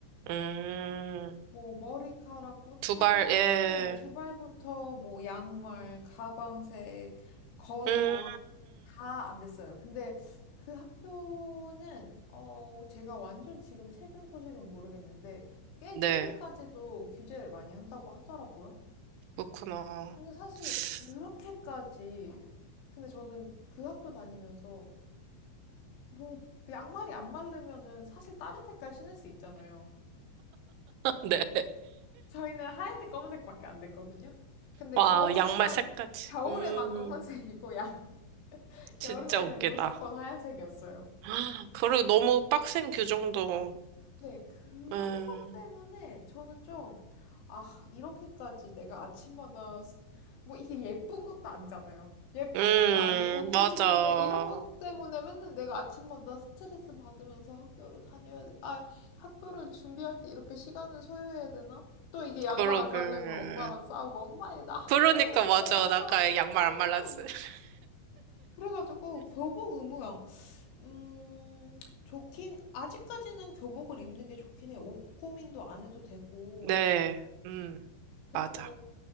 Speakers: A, on the right (about 85°); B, on the left (about 85°).
A: 음.
B: 뭐 머리카락부터
A: 두 발, 예.
B: 네, 두발부터 뭐 양말, 가방색, 겉옷
A: 음,
B: 다 안 됐어요. 근데 그 학교는 어 제가 완전 지금 최근 소식은 모르겠는데 꽤
A: 네.
B: 최근까지도 규제를 많이 한다고 하더라고요.
A: 그렇구나.
B: 근데 사실
A: <laughs>
B: 그렇게까지 근데 저는 그 학교 다니면서 뭐 양말이 안 마르면은 사실 다른 색깔 신을 수 있잖아요.
A: 네.
B: 저희는 하얀색, 검은색밖에 안 됐거든요. 근데
A: 와,
B: 겨울에만
A: 양말 색까지.
B: 겨울에만
A: 음,
B: 검은색이고 양 <laughs>
A: 진짜
B: 여름에는
A: 웃기다.
B: 무조건 하얀색이었어요.
A: <gasps> 그리고 너무 빡센 규정도.
B: 네, 그런
A: 음,
B: 것 때문에 저는 좀, 아, 이렇게까지 내가 아침마다, 뭐 이게 예쁜 것도 아니잖아요. 예쁜
A: 음,
B: 것도 아니고, 굳이
A: 맞아.
B: 근데 이런 것 때문에 맨날 내가 아침마다 스트레스 받으면서 학교를 다녀야, 돼- 아, 학교를 준비할 때 이렇게 시간을 소요해야 되나? 또 이게 양말
A: 그러게.
B: 안 말려면 엄마랑 싸우고, 엄마, 얘 나 학교
A: 그러니까
B: 가야 되는데
A: 맞아.
B: 양말
A: 나가
B: 안 말랐잖아.
A: 양말 안 말랐어. <laughs>
B: 그래가지고 교복 의무야. 음, 좋긴, 아직까지는 교복을 입는 게 좋긴 해. 옷 고민도 안 해도 되고.
A: 네, 음,
B: 그리고,
A: 맞아.